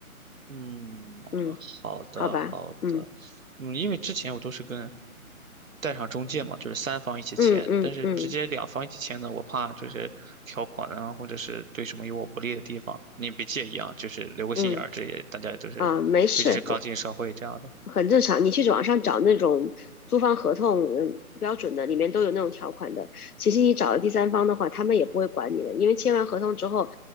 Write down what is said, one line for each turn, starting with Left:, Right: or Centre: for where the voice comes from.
Right: 嗯，
Left: 嗯，
Right: 好的好的，
Left: 好吧，嗯
Right: 嗯，因为之前我都是跟带上中介嘛，就是三方一起签，
Left: 嗯嗯嗯
Right: 但是直接两方一起签呢，我怕就是条款啊，或者是对什么有我不利的地方，你别介意啊，就是留个心眼儿，
Left: 嗯
Right: 这也大家也都是，
Left: 啊，没事，
Right: 尤其是刚进社会这样的。
Left: 很正常。你去网上找那种租房合同，嗯，标准的里面都有那种条款的。其实你找了第三方的话，他们也不会管你的，因为签完合同之后，